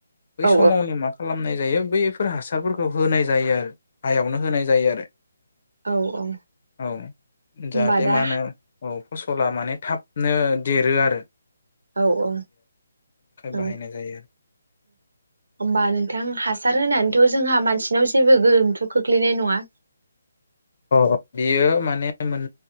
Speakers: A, on the left; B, on the right.
A: बै
B: औ
A: समावनो मा खालामनाय बैफोर हासार फोरखौ होनाय जायो आरो हायावनो होनाय जायो आरो
B: औ औ
A: । औ जाहाथे
B: होमबा दा
A: मा होनो औ । फसला माने थाबनो देरो आरो ।
B: औ औ औ
A: बाहायनाय जायो
B: होमबा नोंथां हासार होनानैथ' जोंहा मानसिनाव जेबो गोहोमथ' खोख्लैनाय नङा?
A: अ बियो माने मोन